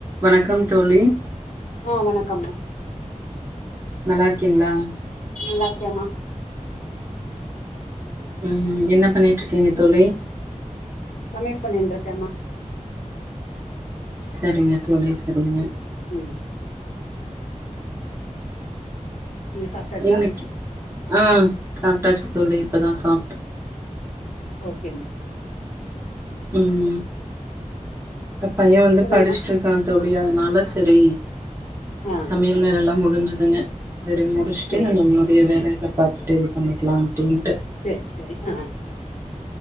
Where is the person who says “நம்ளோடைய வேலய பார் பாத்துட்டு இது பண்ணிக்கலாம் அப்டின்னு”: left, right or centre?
Right